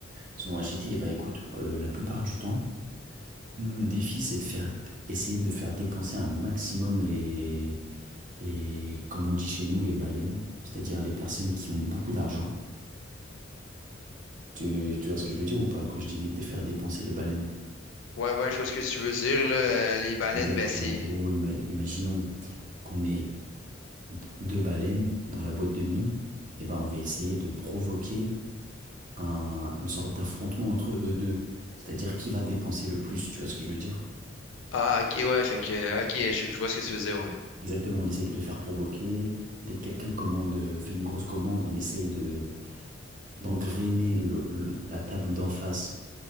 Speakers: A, on the right; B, on the left.
A: Souvent agité, et ben écoute, euh, la plupart du temps, nous, nos défis, c'est de faire, essayer de faire dépenser un maximum les, les, comme on dit chez nous, les baleines, c'est-à-dire les personnes qui ont beaucoup d'argent. Tu, tu vois ce que je veux dire ou pas quand je dis de faire dépenser les baleines?
B: Ouais, ouais, je vois ce que tu veux dire, là. Euh, Les baleines,
A: C'est-à-dire
B: ben,
A: qu'en
B: c'est.
A: gros, ima- imaginons qu'on ait d- deux baleines dans la boîte de nuit, et ben on va essayer de provoquer un- une sorte d'affrontement entre eux deux. C'est-à-dire qui va dépenser le plus, tu vois ce que je veux dire?
B: Ah, ok, ouais, fait que, ok, je, je vois ce que tu veux dire, Ouais.
A: Exactement, on essaie de les faire provoquer. Dès que quelqu'un commande, euh, fait une grosse commande, on essaye de d'engrainer le- le- la table d'en face